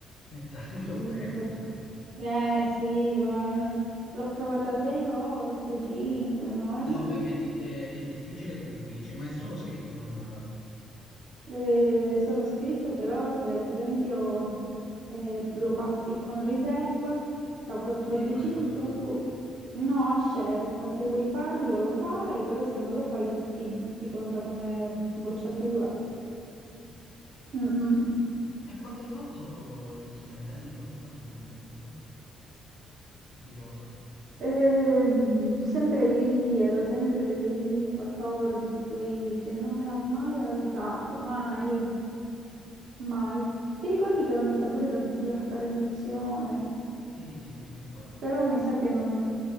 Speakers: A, on the left; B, on the right.
A: Eh, da- <laughs>
B: 5.
A: davvero, metri.
B: Eh sì, ma non- l'ho provata sei volte, 5, no?
A: No,
B: E non-
A: vabbè, che, è di- che- che è difficile, è difficile, ma è solo scritto, non orale.
B: eh, solo scritto, però se ad esempio eh, lo passi con riserva, da 14
A: Devi fare
B: in
A: l'orale.
B: su, no, a scelta, se vuoi farlo lo fai, però se non lo fai ti ti conta come bocciatura.
A: Ah,
B: Mm, mm.
A: E quanto hai fatto gli ultimi appelli? Quanto hai fatto di matematica? Di voto?
B: Ehm, sempre lì lì, ero sempre lì lì, 14, 15 e non me l'ha mai alzato, mai, mai. Ti ricordi che ero andata pure da zia a fare lezione,
A: Sì, sì, mi ricordo.
B: però mi sa che non,